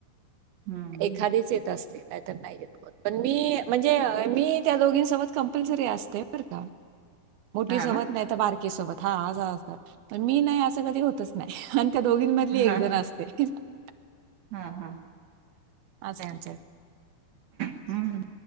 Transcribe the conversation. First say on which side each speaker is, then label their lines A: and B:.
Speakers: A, on the right; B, on the right.
A: हम्म
B: एखादीच येत असतील नाही तर नाही येत पण मी म्हणजे मी त्या दोघींसोबत कंपल्सरी असते बरं का मोठी
A: हा
B: सोबत
A: ना
B: नाही तर, बारकी सोबत हा अस मी नाही असं कधी होतच नाही आणि त्या दोघ- घिन मधली
A: हा
B: एक जण असते <unintelligible>
A: हा हा
B: अ तेे अ से <unintelligible>
A: हम्म